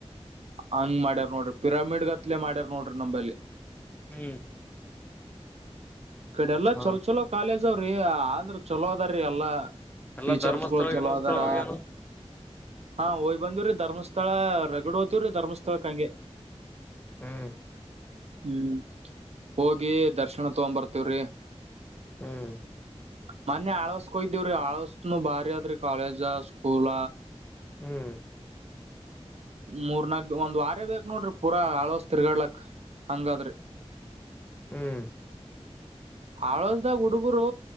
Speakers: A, on the right; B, on the left.
A: ಹಂಗ ಮಾಡ್ಯಾರ್ ನೋಡ್ರಿ ಪಿರಾಮಿಡ್ ಗತ್ಲೆ ಮಾಡ್ಯಾರ ನೋಡ್ರಿ ನಂಬಲ್ಲಿ
B: ಹ್ಮ್
A: ಕಡೆ ಎಲ್ಲಾ
B: ಹ
A: ಚಲೋ ಚಲೋ ಕಾಲೇಜ್ಾವ್ರಿ ಆದ್ರರು ಚಲೋ ಅದಾರೀ ಎಲ್ಲಾ
B: ಎಲ್ಲಾ
A: ಟೀಚರ್ಸ್ಗಳು
B: ಧರ್ಮಸ್ಥಳ
A: ಚಲೋ
B: ಗಿರ್ಮಸ್ಥಳ
A: ಅದಾರ
B: ಹೋಗ್ಯನು
A: ಹಾ ಹಯ್ ಬಂದವ್ರಿ ಧರ್ಮಸ್ಥಳ ರಗಡು ಹೋ್ತವ್ರಿ ಧರ್ಮಸ್ಥಳ ಕಂಗೆ
B: ಹ್ಮ್
A: ಹ್ಮ್ ಹೋಗಿ ದರ್ಶನ ತಗೊ ಬರ್ತವ್ರಿ
B: ಹ್ಮ್
A: ಮೊನ್ನೆ ಆಳ್ವಸ್ಕೊಯ್ದವ್ರಿ ಆಳ್ವಸ್ನು ಬಾರಿ ಆದ್ರಿ ಕಾಲೇಜ ಸ್ಕೂಲ
B: ಹ್ಮ್
A: ಮೂರ್ನಾಗ ಒಂದ್ ವಾರ ಬೇಕಕ್ ನೋಡ್ರಿ ಪೂರ ಆಳ್ಳವಸ್ ತಿರ್ಗಡ್ಲಕ್ ಹಂಗಾದ್ರೆ
B: ಹ್ಮ್
A: ಹಳವಸ್ದಾಗ ಹುಡ್ಗರು